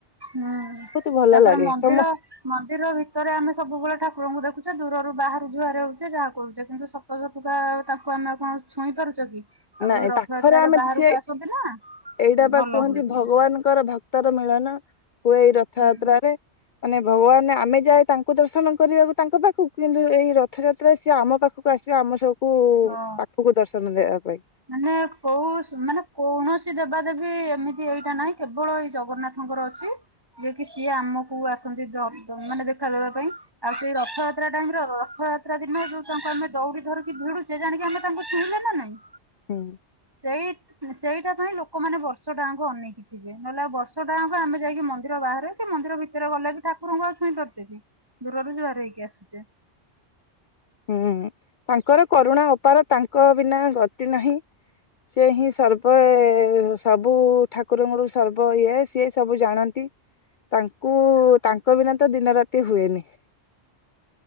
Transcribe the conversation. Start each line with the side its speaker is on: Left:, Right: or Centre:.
Right: ହୁଁ
Left: ବହୁତ ଭଲ
Right: ତାପରେ
Left: ଲାଗେ
Right: ମନ୍ଦିର
Left: ସମ
Right: ମନ୍ଦିର ଭିତରେ ଆମେ ସବୁବେଳେ ଠାକୁରଙ୍କୁ ଦେଖୁଛେ ଦୂରରୁ ବାହାରୁ ଯୁହରହଉଚେ ଯାହା କହୁଛେ କିନ୍ତୁ ତତକା ତାଙ୍କୁ ଆମେ କଣ ଛୁଇଁ ପାରୁଛ କି? ଆଉ
Left: ନାଇଁ
Right: ଏଇ ରଥଯାତ୍ରାରେ
Left: ପାଖରେ ଆମେ
Right: ବାହାରକୁ
Left: ସିଏ
Right: ଆସନ୍ତି ନା
Left: ଏଇଟା
Right: ସେ
Left: ବା
Right: ଭଲ
Left: କୁହନ୍ତି
Right: ହୁଏ ଟିକେ
Left: ଭଗବାନଙ୍କର ଭକ୍ ତର ମିଳନ ହୁଏ ଏଇ ରଥଯାତ୍ରାରେ।
Right: ହୁଁ
Left: ମାନେ ଭଗବାନ ଆମେ ଯାଏ ତାଙ୍କୁ ଦର୍ଶନ କରିବାକୁ ତାଙ୍କ ପାଖକୁ କିନ୍ତୁ ଏଇ ରଥଯାତ୍ରା ସିଏ ଆମ ପାଖକୁ ଆସିବା ଆମ ସବକୁୁ
Right: ହଁ।
Left: ପାଖକୁ ଦର୍ଶନ ଦେବା ପାଇଁ।
Right: ମାନେ କୋଉ ମାନେ କୌଣସି ଦେବାଦେବୀ ଏମିତି ଏଇଟା ନାହିଁ କେବଳ ଏଇ ଜଗନ୍ନାଥ ଙ୍କର ଅଛି ଯିଏ କିି ସିଏ ଆମକୁ ଆସନ୍ତି ମାନେ ଦେଖା ଦେବା ପାଇଁ। ଆଉ ସେଇ ରଥଯାତ୍ରା ଟାଙ୍କି ରଥଯାତ୍ରା ଦିନ ଯୋଉ ତାଙ୍କୁ ଆମେ ଦୌଡି ଧରିକି ଭିଡୁଛେ ଜାଣିକି ଆମେ ତାଙ୍କୁ ଛୁଇଁଲେ ନା ନାଇଁ?
Left: ହୁଁ।
Right: ସହିତ ସେଇଟା ପାଇଁ ଲୋକମାନେ ବର୍ଷ ଟାଙ୍କୁ ଅନେଇକି ଥିବେ ନହେଲେ ବର୍ଷ ଟାଙ୍କୁ ଆମେ ଯାଇକି ମନ୍ଦିର ବାହାରେ ମନ୍ଦିର ଭିତରେ ଗଲେ ବି ଠାକୁରଙ୍କୁ ଆଉଛଇଁ ପାରୁଛେ କି ଦୂରରୁ ଯୁହାର ହେଇକି ଆସୁଚେ।
Left: ହୁଁ ତାଙ୍କର କରୁଣା ଉପାର ତାଙ୍କ ବିନା ଗତି ନାହିଁ ସି ହିଁ ସର୍ବ ସବୁ ଠାକୁରଙ୍କର ସର୍ବ ଇଏ ସିଏ ସବୁ ଜାଣନ୍ତି। ତାଙ୍କୁ ତାଙ୍କ ବିନା ତ ଦିନ ରାତି ହୁଏନି।